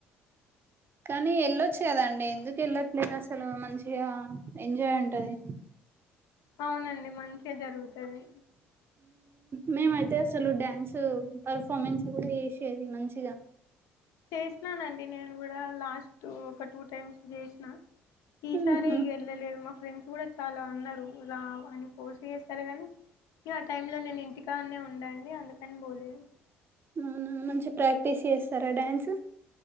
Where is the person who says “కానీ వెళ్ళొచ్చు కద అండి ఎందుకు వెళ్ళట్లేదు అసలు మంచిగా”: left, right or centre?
Right